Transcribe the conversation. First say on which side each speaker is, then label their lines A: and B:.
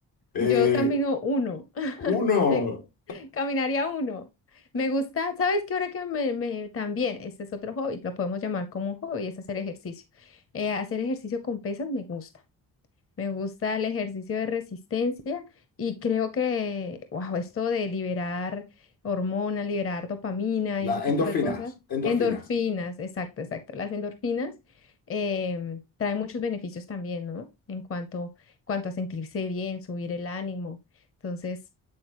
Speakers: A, on the left (about 80°); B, on the left (about 40°).
A: Eh,
B: Yo camino uno.
A: uno,
B: Te- <laughs> Caminaría uno. Me gusta, ¿sabes qué? Ahora que me, me- también, este es otro hobby, lo podemos llamar como un hobby, es hacer ejercicio. Eh, hacer ejercicio con pesas me gusta. Me gusta el ejercicio de resistencia y creo que, wow, esto de liberar hormonas, liberar dopamina
A: Las
B: y ese tipo
A: endorfinas,
B: de cosas.
A: endorfinas.
B: Endorfinas, exacto, exacto. Las endorfinas em, traen muchos beneficios también, ¿no? En cuanto, cuanto a sentirse bien, subir el ánimo. Entonces